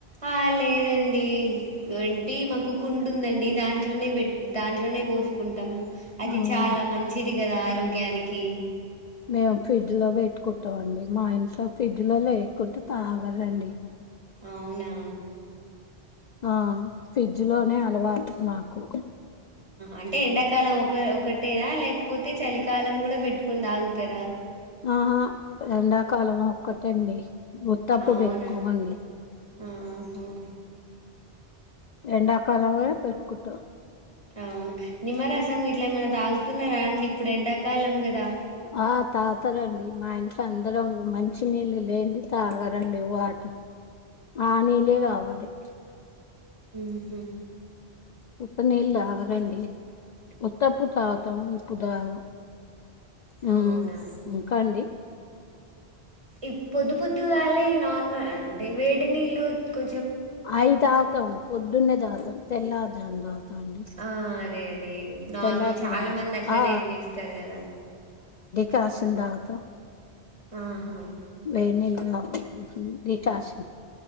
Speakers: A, on the right; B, on the left.
A: ఆ లేదండి అంటి మాకు కుండుందండి దాంట్లోనే పెట్ దాంట్లోనే పోసుకుంటాము అది
B: అవునా
A: చాలా మంచిది గదా ఆరోగ్యానికి
B: మేము ఫ్రిడ్జ్ లో పెట్టుకుంటామండి మా ఇంట్లో ఫ్రిడ్జ్ లో లేకుంటే తాగలండి
A: అవునా
B: ఆ ఫ్రిడ్జ్ లోనే అలవాటు మాకు
A: అంటే ఎండాకాలం ఒక ఒకటేనా లేకపోతే చలికాలం గూడా పెట్టుకుని తాగుతారా
B: ఆహా ఎండాకాలం ఒక్కటెండి వుత్తప్పుడు
A: అవునా!
B: పెట్టుకోమండి
A: ఆహా!
B: ఎండాకాలలోనే పెట్టుకుంటాం
A: అవునా నిమ్మరసం గిట్లా ఏమైనా తాగుతున్నారా అండి ఇప్పుడు ఎండాకాలం గదా
B: ఆ తాతారండి మా ఇంట్లో అందరం మంచినీళ్ళు లేంది తాగారండి వాట ఆ నీళ్ళే గావాలి
A: మ్ హు
B: ఉత్త నీళ్ళు తాగరండి ఉత్తప్పుడు తాగుతాం ఇప్పుడు తాగము మ్మ్
A: అవునా
B: ఇంకాండి
A: ఈ పొద్దు పొద్దుగాలే నార్మల్ అంటే వేడి నీళ్ళు కొ
B: అయి తాగుతాం పొద్దున్నే తాగుతాం తెల్లర్ జాము తాగుతాం అండి
A: ఆ అదే అదే నార్మల్
B: తెల్లారుజామున
A: చాలా
B: తాగుతాం
A: మంది అట్లనే
B: ఆ
A: చేస్తారు గదా
B: క్యాషన్ దాగుతావ్
A: ఆహా
B: వేడి నీళ్లు <unintelligible> డికర్శన్